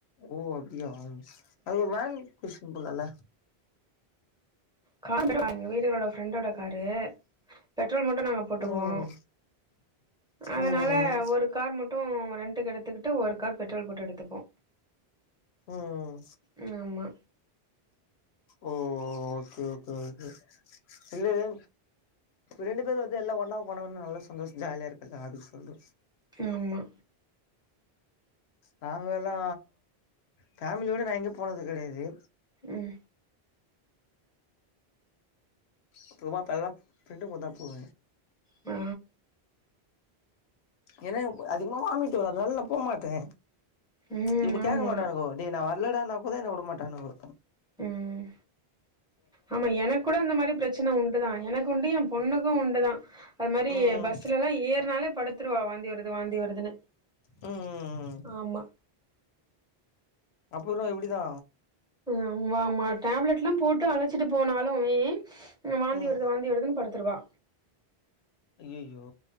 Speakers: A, on the left; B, in the centre.
A: ஓ அப்டியா அதுக் ஒரு வேன் புட்ஸின் போலால்ல
B: காரு <inaudible> எங்க வீட்டுகாரோட ஃப்ரெண்டோட காரு பெட்ரோல் மட்டு நாங்க போட்டுக்குவோ
A: ம்
B: அதனால
A: ம்
B: ஒரு கார் மட்டு ரெண்ட்டு்க்கு எடுத்துகிட்டு ஒரு கார் பெட்ரோல் போட்டு எடுத்துப்போ
A: ம்
B: ம் ஆமா
A: ஓ ஓ ஓகே ஓகே ஓகே இல்லயே ரெண்டு பேரு வந்து எல்லா ஒன்னா போனன்னு நல்லா சந்தோஷ ஜாலியா இருக்குல்ல அது சொல்து
B: ஆமா
A: நாங்கள்ளா ஃபேமிலியோட நா எங்கயு போனது கெடயாது
B: ம்
A: அப்புறமா பல்லா ஃப்ரெண்டு கூட தா போவ
B: ஆ
A: ஏன்னா என அதிகமா வாமிட் வரு அதனால நா போ மாட்டே
B: ம்
A: இவனுக
B: ஆமா
A: கேக்க மாட்டானுங்கோ டே நா வரல்லடா நா கூட என்ன உடமாட்டானுங்கோ
B: ம் ஆமா எனக்கு கூட இந்த மாரி பிரச்சன உண்டுதா எனக் உண்டு எ பொண்ணுக்கு உண்டுதா அது மாரி
A: ம்
B: பஸ்லல்லா ஏறுனாலே படுத்துருவா வாந்தி வருது வாந்தி வருதுன்னு
A: ம் ம்
B: ஆமா
A: அப்பறோ எப்டிதா
B: ஆம்மாம்மா டேப்லெட்லா போட்டு அழச்சிட்டு போனாலுமே வாந்தி
A: ம்
B: வருது வாந்தி வருதுன் படுத்துருவா
A: ஐயய்யோ